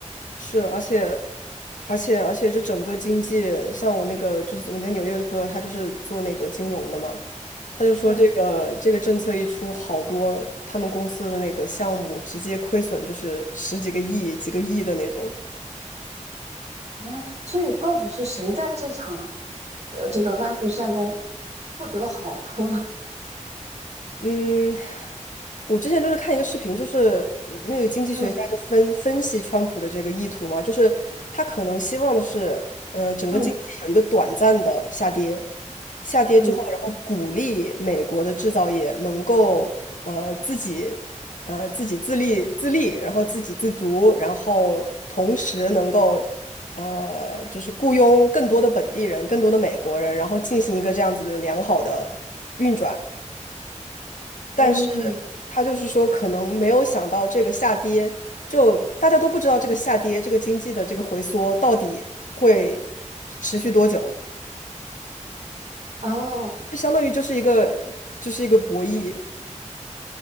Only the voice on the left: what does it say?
是，而且，而且，而且，这整个经济，像我那个就是我在纽约的朋友，他就是做那个金融的嘛，他就说这个这个政策一出，
好多他们公司的那个项目直接亏损，就是十几个亿、几个亿的那种。
嗯，我之前就是看一个视频，就是那个经济学家就分分析川普的这个意图嘛，
就是他可能希望的是，呃，整个经济有一个短暂的下跌，
下跌之后，
然后鼓励美国的制造业能够呃自己呃自己自立自立，然后自给自足，然后同时能够呃就是雇佣更多的本地人，更多的美国人，然后进行一个这样子的良好的运转。但是
他就是说，可能没有想到这个下跌，就大家都不知道这个下跌，这个经济的这个回缩到底会持续多久，
就相当于就是一个就是一个博弈。